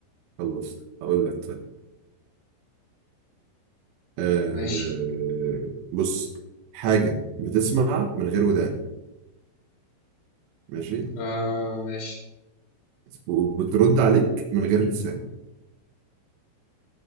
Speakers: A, on the right; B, on the left.
A: خلصت هقول لك طيب آه
B: ماشي
A: بص حاجة بتسمع من غير ودان ماشي
B: آه ماشي
A: وبترد عليك من غير لسان